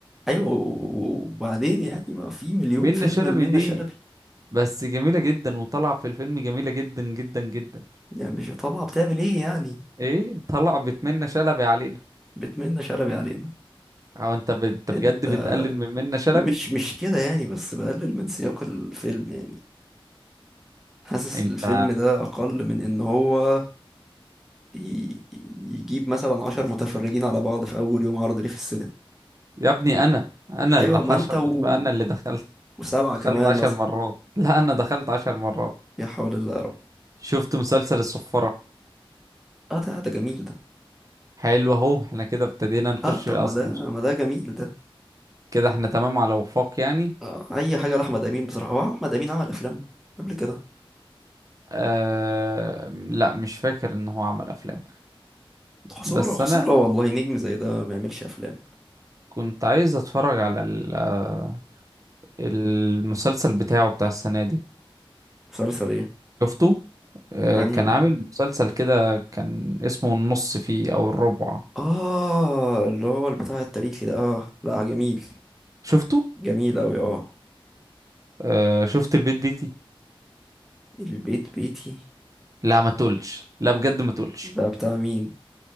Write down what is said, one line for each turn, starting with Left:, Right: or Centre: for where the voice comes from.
Centre: ايوه وبعدين يعني ما في مليون
Right: منة
Centre: فيلم
Right: شلبي
Centre: لمنى
Right: دي
Centre: شلبي
Right: بس جميلة جدا وطالعة في الفيلم جميلة جدا جدا جدا
Centre: يعني مش طالعة بتعمل ايه يعني
Right: ايه طلع بتمنى شلبي علينا
Centre: بتمنى شلبي علينا
Right: او انت ب... انت
Centre: انت
Right: بجد بتقلل من منة شلبي
Centre: مش مش كده يعني بس بقلل من سياق الفيلم يعني حاسس
Right: انت
Centre: الفيلم ده اقل من ان هو ي- يجيب مثلا عشر متفرجين على بعض في أول يوم عرض ليه في السينما
Right: يا ابني انا انا
Centre: أيوة
Right: اللي حشر
Centre: ما أنت
Right: بتبقى
Centre: و...
Right: انا اللي دخلت
Centre: وسبعة
Right: دخلت
Centre: كمان
Right: عشر
Centre: مثلا
Right: مرات لا انا دخلت عشر مرات
Centre: يا حول الله يا رب
Right: شفت مسلسل الصفارة
Centre: أه ده ده جميل ده
Right: حلو اهو احنا كده ابتدينا نخش
Centre: أه طب
Right: اصلا
Centre: ما ده ما ده جميل ده
Right: كده احنا تمام على وفاق يعني
Centre: أه أي حاجة لأحمد أمين بصراحة هو أحمد أمين عمل أفلام قبل كده
Right: آه لا مش فاكر ان هو عمل افلام
Centre: خسارة
Right: بس
Centre: خسارة
Right: انا
Centre: والله نجم زي ده ما يعملش أفلام
Right: كنت عايز اتفرج على ال- آه، المسلسل بتاعه بتاع السنة دي
Centre: مسلسل إيه؟
Right: شفته آه
Centre: أنهي
Right: كان
Centre: واحد؟
Right: عامل مسلسل كده كان اسمه النص فيه او الربع
Centre: آه اللي هو البتاع التاريخي ده آه لا جميل
Right: شفته
Centre: جميل أوي آه
Right: آه شفت البيت بيتي
Centre: البيت بيتي
Right: لا ما تقولش لا بجد ما تقولش
Centre: ده بتاع مين؟